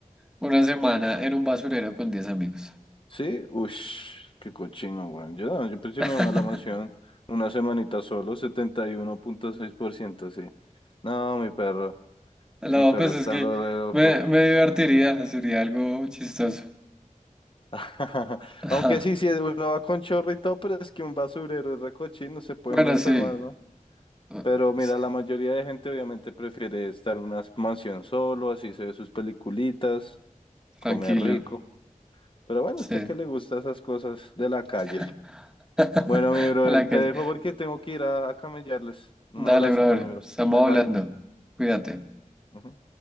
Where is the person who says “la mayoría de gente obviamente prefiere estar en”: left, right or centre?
Left